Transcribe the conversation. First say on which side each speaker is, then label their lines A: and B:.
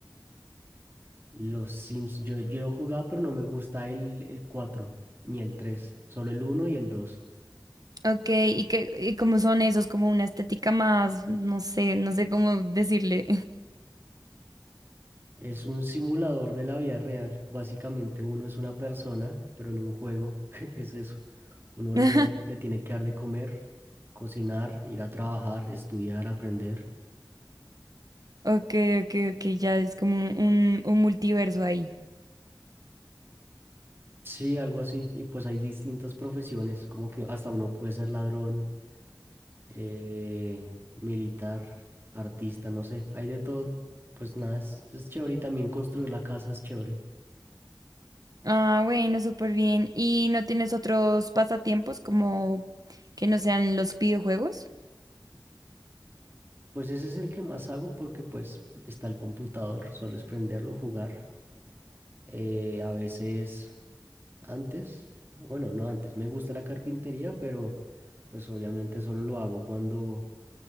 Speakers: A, on the right; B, on the right.
A: Los Sims, yo, yo lo jugaba, pero no me gusta el, el 4 ni el tres solo el uno y el dos
B: Ok, ¿y que y cómo son esos? Como una estética más, no sé, no sé cómo decirle.
A: Es un simulador de la vida real. Básicamente uno es una persona, pero en un juego <laughs> es eso. Uno
B: <laughs>
A: le, le tiene que dar de comer, cocinar, ir a trabajar, estudiar, aprender.
B: Ok, ok, ok, ya es como un, un multiverso ahí.
A: Sí, algo así. Y pues hay distintas profesiones, como que hasta uno puede ser ladrón, eh, militar, artista, no sé, hay de todo. Pues nada, es, es chévere y también construir la casa es chévere.
B: Ah, bueno, súper bien. ¿Y no tienes otros pasatiempos como que no sean los videojuegos?
A: Pues ese es el que más hago porque pues está el computador, solo es prenderlo, jugar. Eh, a veces antes, bueno, no antes, me gusta la carpintería, pero pues obviamente solo lo hago cuando